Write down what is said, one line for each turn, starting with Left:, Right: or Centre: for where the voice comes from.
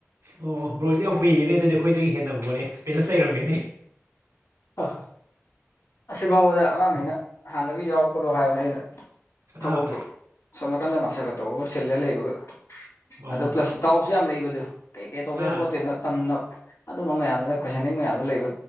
Right: ꯑꯣ ꯕ꯭ꯔꯣꯣꯟꯗꯤ ꯌꯥꯝ ꯀꯨꯏꯔꯤꯅꯦ ꯑꯗꯨꯗꯤ ꯑꯩꯈꯣꯏꯗꯒꯤ ꯍꯦꯟꯅ ꯕ꯭ꯔꯣꯜꯅꯦ ꯑꯦꯛꯁꯄꯤꯔꯤꯌꯦꯟꯁ ꯂꯩꯔꯝꯃꯤꯅꯦ
Left: ꯑ ꯑꯁꯤꯐꯥꯎꯕꯗ ꯑꯉꯥꯡꯁꯤꯩꯅ ꯍꯥꯟꯅꯗꯒꯤ ꯌꯥꯎ ꯈꯣꯂꯣ ꯍꯥꯏꯕꯅꯦ ꯑꯩꯅ ꯊꯕꯛꯇꯨ
Right: ꯑꯥ
Left: ꯁꯣꯝ ꯅꯥꯀꯟꯗ ꯃꯥꯁꯒ ꯇꯧꯕꯒ ꯆꯤꯜꯂꯒ ꯂꯩꯕꯒ
Right: ꯑꯣ
Left: ꯑꯗꯣ ꯄ꯭ꯂꯁ ꯇꯥꯎꯁꯨ ꯌꯥꯝ ꯂꯩꯕꯗꯨ ꯀꯩ ꯀꯦ ꯇꯧꯗꯣꯏꯅꯣ
Right: ꯑꯥ
Left: ꯈꯣꯠꯇꯣꯏꯅꯣ ꯇꯝ ꯑꯗꯨꯝꯕ ꯃꯌꯥꯝꯗꯨꯅ ꯀꯣꯏꯁꯟꯅꯤꯡ ꯃꯌꯥꯝꯗ ꯂꯩꯕ